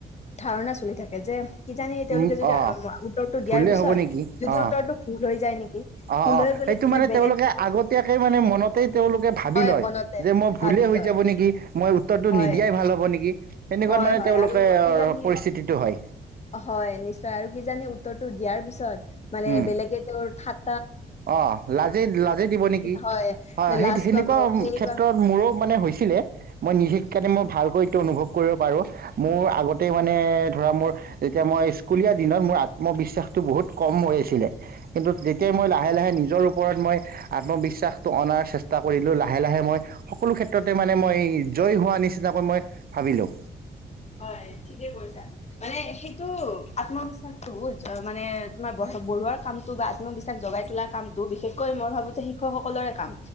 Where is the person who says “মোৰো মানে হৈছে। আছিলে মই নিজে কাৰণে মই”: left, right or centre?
Right